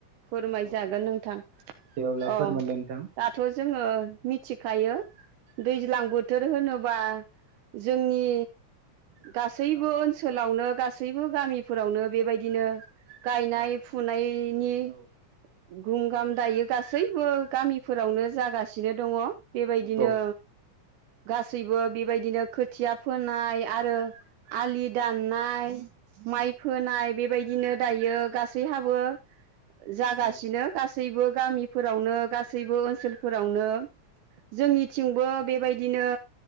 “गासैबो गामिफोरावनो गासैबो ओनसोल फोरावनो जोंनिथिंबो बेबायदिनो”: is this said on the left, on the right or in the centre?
Right